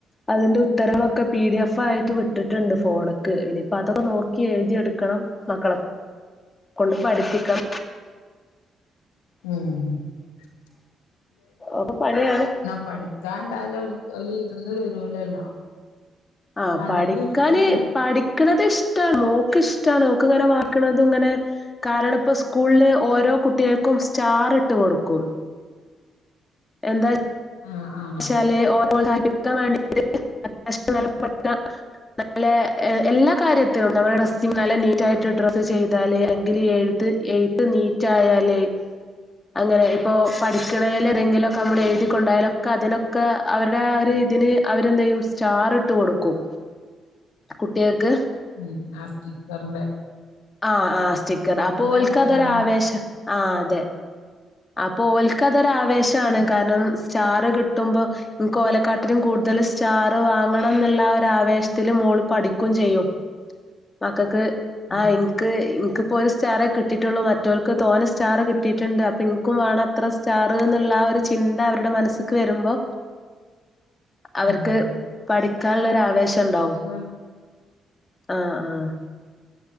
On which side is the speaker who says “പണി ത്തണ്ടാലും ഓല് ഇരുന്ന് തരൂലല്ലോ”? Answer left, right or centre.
Left